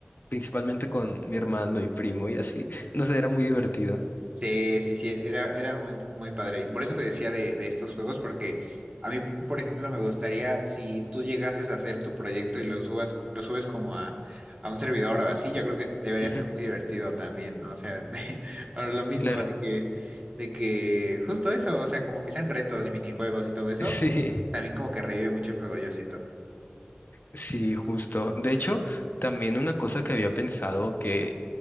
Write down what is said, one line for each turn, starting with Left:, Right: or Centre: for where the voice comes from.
Left: principalmente con mi hermano y primo y así. No sé, era muy divertido.
Right: Sí, sí, sí, era, era muy, muy padre. Y Por eso te decía de, de estos juegos, porque a mí, por ejemplo, me gustaría si tú llegases a hacer tu proyecto y lo subas, lo subes como a, a un servidor o así, yo creo que debería
Left: Ujú,
Right: ser muy divertido también, ¿no? O sea, <laughs> por lo mismo
Left: claro,
Right: de que, de que justo eso, o sea, como que sean retos y minijuegos y todo eso,
Left: <laughs> sí.
Right: también como que revive mucho el juego, yo siento.
Left: Sí, justo. De hecho, también una cosa que había pensado que